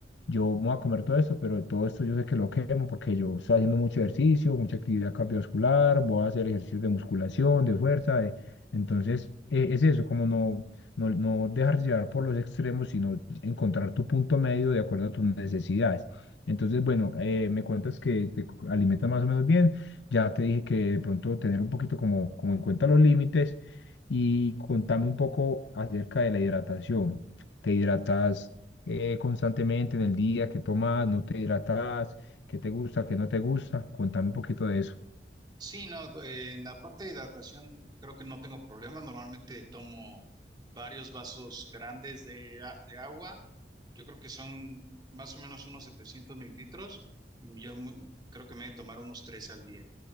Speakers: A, on the left; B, on the right.
A: yo me voy a comer todo esto, pero todo esto yo sé que lo quemo porque yo estoy haciendo mucho ejercicio, mucha actividad cardiovascular, voy a hacer ejercicios de musculación, de fuerza, de- entonces eh, es eso, como no, no, no dejarse llevar por los extremos, sino encontrar tu punto medio de acuerdo a tus necesidades. Entonces, bueno, eh, me cuentas que te co- alimentas más o menos bien, ya te dije que de pronto tener un poquito como, como en cuenta los límites y contame un poco acerca de la hidratación. ¿Te hidratas? eh, constantemente en el día, qué tomas, no te hidratas, qué te gusta, qué no te gusta. cuéntame un poquito de eso.
B: Sí, no, eh, en la parte de hidratación creo que no tengo problema. Normalmente tomo varios vasos grandes de, a- de agua. Yo creo que son más o menos unos 700 mililitros y yo mu- creo que me he de tomar unos tres al día.